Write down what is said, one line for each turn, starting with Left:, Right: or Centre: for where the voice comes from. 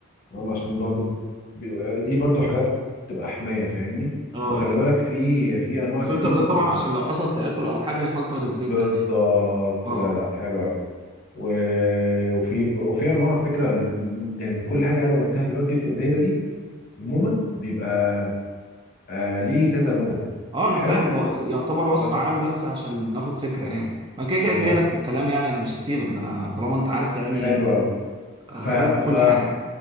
Left: تمام؟ عشان برضو بي- آه، دي برضو حاجات تبقى حمايه فاهمني
Right: اه
Left: وخلي بالك في في انواع
Right: الفلتر
Left: كتير
Right: ده
Left: من
Right: طبعا عشان لو حصل تآكل او حاجه يفلتر الزيت
Left: بالظبط
Right: ده تاني اه
Left: جدع حلو أوي. و- وفي وفي انواع على فكره ال- يعني من كل حاجه انا قلتها دلوقتي في الدايره دي عموما بيبقى آه ليه كذا نوع
Right: اه
Left: حلو
Right: انا فاهم ده يعتبر وصف
Left: بس
Right: عام بس عشان ناخد فكره يعني انا كده كده
Left: بالظبط
Right: جاي لك في الكلام يعني انا مش هسيبك ده انا طالما انت عارف يعني
Left: حلو قوي
Right: هسألك
Left: ف
Right: في كل
Left: ف
Right: حاجه